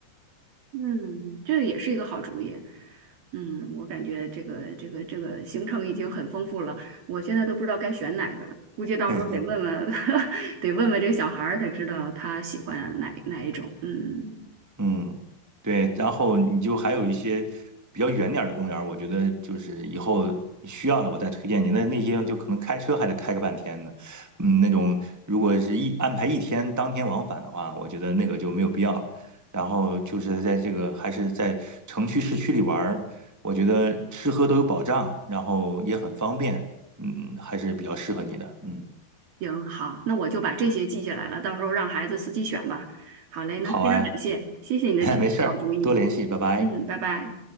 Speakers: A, on the right; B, in the centre.
A: 嗯，这个也是一个好主意。嗯，我感觉这个这个这个行程已经很丰富了，我现在都不知道该选哪个了，估计到时候得问问，
B: <laughs>
A: <laughs> 得问问这个小孩儿才知道他喜欢哪哪一种。嗯，
B: 嗯，对，然后你就还有一些比较远点儿的公园儿我觉得就是以后需要了我再推荐你。那那些就可能开车还得开个半天呢，嗯，那种如果是一安排一天当天往返的话，我觉得那个就没有必要了。然后就是在这个还是在城区市区里玩儿，我觉得吃喝都有保障，然后也很方便，嗯，还是比较适合你的。嗯，
A: 行，好，那我就把这些记下来了，到时候让孩子自己选吧。好嘞，那非常感谢，
B: 好哎，
A: 谢谢你的这些好主意。
B: <laughs> 没事儿，多联系，拜拜。
A: 嗯，拜拜。